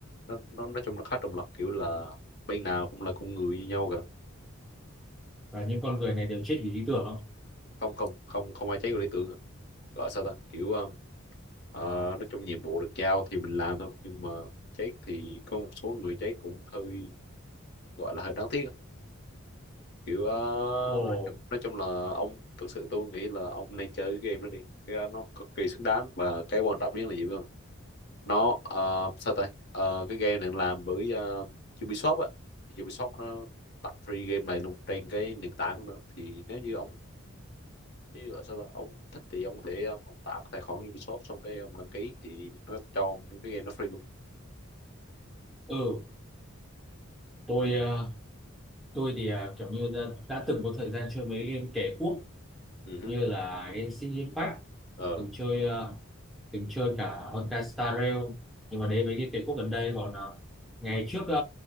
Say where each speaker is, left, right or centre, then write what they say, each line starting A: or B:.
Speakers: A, on the left; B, in the centre.
A: nó, nó nói chung nó khá trung lập kiểu là bên nào cũng là con người như nhau cả
B: và những con người này đều chết vì lý tưởng không?
A: không không không không ai trái của lý tưởng cả gọi sao ta kiểu um, ờ, nói chung nhiệm vụ được giao thì mình làm thôi nhưng mà chết thì có một số người chết cũng hơi gọi là hơi đáng tiếc á. kiểu ờ,
B: Ồ,
A: nói chung, nói chung là ông thực sự tôi nghĩ là ông nên chơi cái game đó đi cái nó cực kỳ xứng đáng và cái quan trọng nhất là gì biết không nó ờ, sao ta Ờ, cái game này làm bởi uh, Ubisoft á Ubisoft nó tặng free game này luôn trên cái nền tảng nữa thì nếu như ông chứ gọi sao ta ông thích thì ông có thể um, ông tạo cái tài khoản Ubisoft xong cái ông đăng ký thì nó cho ông cái game nó free luôn
B: ừ, tôi, à, tôi thì à, kiểu như đã, đã từng có thời gian chơi mấy game kẻ quốc
A: ừ hứ.
B: như là Genshin Impact
A: ờ
B: từng chơi ờ, từng chơi cả Honkai Star Rail nhưng mà đến mấy cái cái quốc gần đây còn ờ, ngày trước ờ,